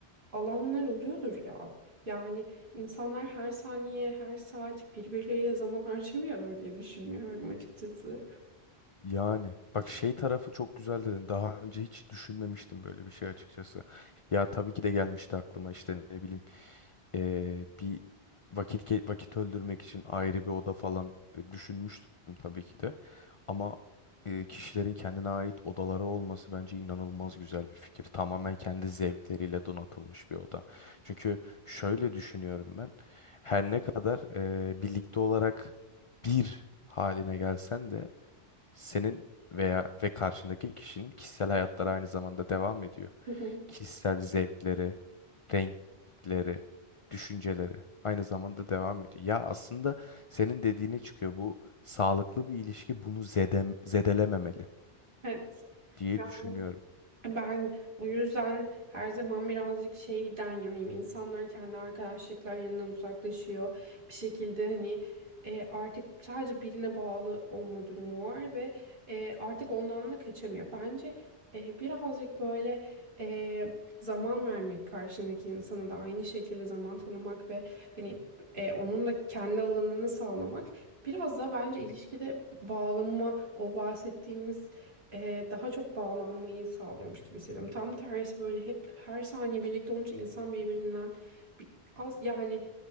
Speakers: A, on the right (about 50°); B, on the left (about 55°).
A: alanlar oluyordur ya. Yani insanlar her saniye, her saat birbirleriyle zaman <laughs> harcamıyordur diye düşünüyorum açıkçası.
B: Yani bak şey tarafı çok güzel dedin. Daha önce hiç düşünmemiştim böyle bir şey açıkçası. Ya tabii ki de gelmişti aklıma işte ne bileyim eee, bir vakit ge- vakit öldürmek için ayrı bir oda falan e, düşünmüştüm tabii ki de. Ama e, kişilerin kendine ait odaları olması bence inanılmaz güzel bir fikir. Tamamen kendi zevkleriyle donatılmış bir oda. Çünkü şöyle düşünüyorum ben. Her ne kadar e, birlikte olarak bir haline gelsen de senin veya ve karşındaki kişinin kişisel hayatları aynı zamanda devam ediyor.
A: <laughs>
B: Kişisel zevkleri, renkleri, düşünceleri aynı zamanda devam ediyor. Ya aslında senin dediğine çıkıyor. Bu sağlıklı bir ilişki bunu zedem, zedelememeli
A: Evet.
B: diye
A: yani
B: düşünüyorum.
A: Ben o yüzden her zaman birazcık şeyden yanayım. İnsanlar kendi arkadaşlıklarından uzaklaşıyor. Bir şekilde hani e, artık sadece birine bağlı olma durumu var ve e, artık ondan da kaçamıyor. Bence e, birazcık böyle e, zaman vermek karşındaki insana da aynı şekilde zaman tanımak ve hani e, onun da kendi alanını sağlamak biraz daha bence ilişkide bağlanma o bahsettiğimiz e, daha çok bağlanmayı sağlıyormuş gibi hissediyorum. Tam tersi böyle hep her saniye birlikte olunca insan birbirinden bir, az yani